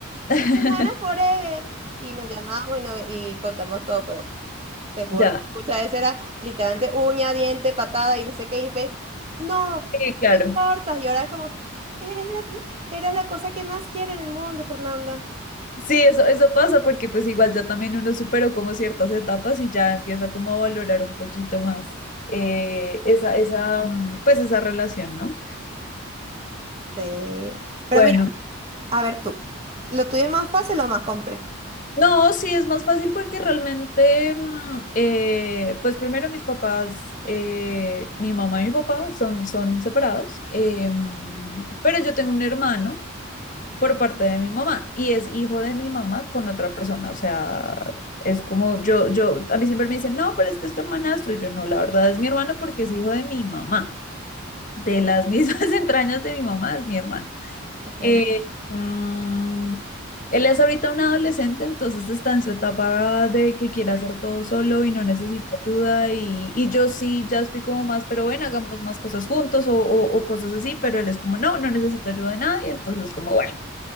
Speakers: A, on the left (about 40°); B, on the right (about 30°).
A: <laughs>
B: Mi hermana forever. Y nos llamamos y, nos, y contamos todo, pero... Te juro
A: Ya,
B: que muchas veces era literalmente uña, diente, patada y no sé qué. Y pe- no,
A: sí, claro.
B: no importa. Y ahora es como, eres la, eres la cosa que más quiero en el mundo, Fernanda.
A: Sí, eso, eso pasa porque pues igual ya también uno superó como ciertas etapas y ya empieza como a valorar un poquito más eh, esa, esa, mm, pues esa relación, ¿no?
B: Sí. Pero
A: Bueno.
B: mira, a ver tú. ¿Lo tuyo es más fácil o más complejo?
A: No, sí, es más fácil porque realmente, mm, eh, pues primero mis papás, eh, mi mamá y mi papá son, son separados, eh, mm, pero yo tengo un hermano por parte de mi mamá y es hijo de mi mamá con otra persona, o sea, es como yo, yo, a mí siempre me dicen, no, pero es que es tu hermanastro, y yo no, la verdad es mi hermano porque es hijo de mi mamá, de las mismas <laughs> entrañas de mi mamá es mi hermano.
B: Ok.
A: Eh, mm, él es ahorita un adolescente, entonces está en su etapa de que quiere hacer todo solo y no necesita ayuda. Y, y yo sí, ya estoy como más, pero bueno hagamos más cosas juntos o, o- o cosas así, pero él es como, no, no necesito ayuda de nadie, entonces como, bueno,